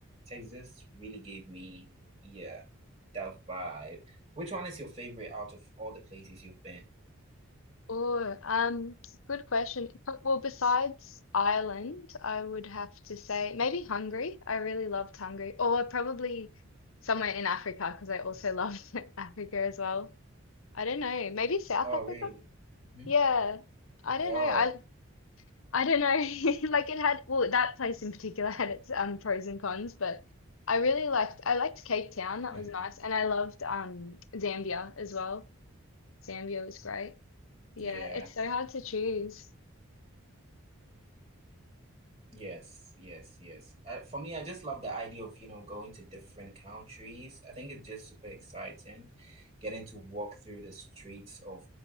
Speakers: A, on the right (about 30°); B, on the left (about 70°).
A: Texas really gave me, yeah, that vibe. Which one is your favorite out of all the places you've been?
B: Oh, um, good question. But- Well, besides Ireland, I would have to say maybe Hungary. I really loved Hungary, or probably somewhere in Africa because I also loved <laughs> Africa as well. I don't know, maybe South
A: Oh,
B: Africa.
A: really? Mm-hmm.
B: Yeah, I don't
A: Oh,
B: know. I I don't know. <laughs> Like it had, well, that place in particular <laughs> had its um pros and cons, but I really liked I liked Cape Town. That
A: mhm.
B: was nice, and I loved um Zambia as well. Zambia was great. Yeah,
A: Yeah.
B: it's so hard to choose.
A: Yes, yes, yes. Uh, for me, I just love the idea of, you know, going to different countries. I think it's just super exciting getting to walk through the streets of